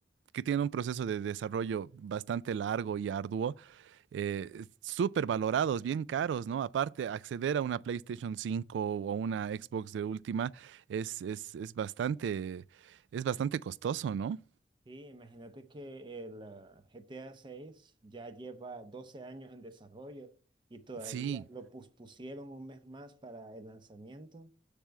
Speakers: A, on the right; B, on the right.
A: que tienen un proceso de desarrollo bastante largo y arduo, eh, súper valorados, bien caros, ¿no? Aparte, acceder a una PlayStation cinco o una Xbox de última es, es, es bastante, es bastante costoso, ¿no?
B: Sí, imagínate que el ah, G T A seis ya lleva 12 años en desarrollo y todavía
A: Sí.
B: lo pospusieron un mes más para el lanzamiento.